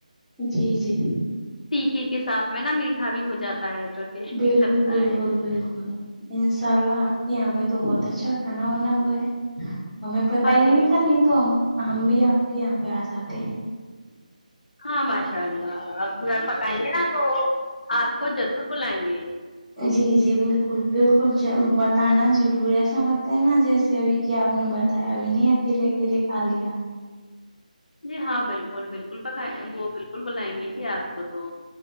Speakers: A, in the centre; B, on the left.
A: جی جی
B: ٹیکے کے ساتھ میں نا میٹھا بھی ہو جاتا ہے تو ٹیسٹی
A: بالکل
B: لگتا
A: بالکل
B: ہے
A: بالکل انشاء اللہ آپ کے یہاں پہ تو بہت اچھا کھانا ونا ہوا ہے ہمیں پتا
B: ہاں
A: ہی
B: جی
A: نہیں
B: بالکل
A: تھا نہیں تو ہم ہم بھی آپ کے یہاں پہ آ جاتے
B: ہاں ماشاء اللہ اب اگر گھر پکائیں گے نا تو آپ کو ضرور بلائیں گے
A: جی جی بالکل بالکل ضرور بتانا ضرور ایسا مت کرنا جیسے ابھی کہ آپ نے بتایا ابھی نہیں اکیلے اکیلے کھا لیا
B: جی ہاں بالکل بالکل پکھا وہ بالکل بلائیں گے جی آپ کو تو